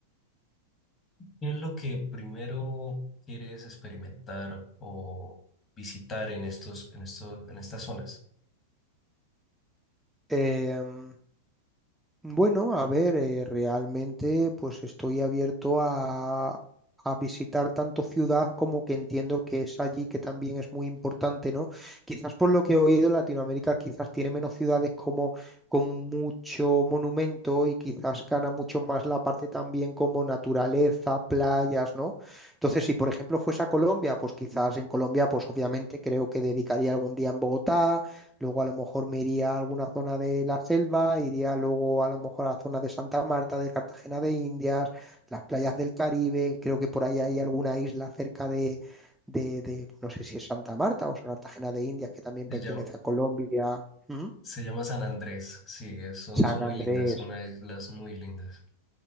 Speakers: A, on the left (about 30°); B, in the centre.
A: ¿Qué es lo que primero quieres experimentar o visitar en estos, en estos, en estas zonas?
B: Em, Bueno, a ver, eh, realmente pues estoy abierto a, a visitar tanto ciudad como que entiendo que es allí que también es muy importante, ¿no? Quizás por lo que he oído, Latinoamérica quizás tiene menos ciudades como con mucho monumento y quizás gana mucho más la parte también como naturaleza, playas, ¿no? Entonces, si por ejemplo fuese a Colombia, pues quizás en Colombia, pues obviamente creo que dedicaría algún día en Bogotá Luego a lo mejor me iría a alguna zona de la selva, iría luego a lo mejor a la zona de Santa Marta, de Cartagena de Indias, las playas del Caribe, creo que por ahí hay alguna isla cerca de, de, de, no sé si es Santa Marta o sea, Cartagena de Indias, que también
A: Pues
B: pertenece
A: Ya,
B: a Colombia. Ujú.
A: Se llama San Andrés, sí, es- son,
B: San
A: son muy
B: Andrés,
A: lindas, son unas islas muy lindas.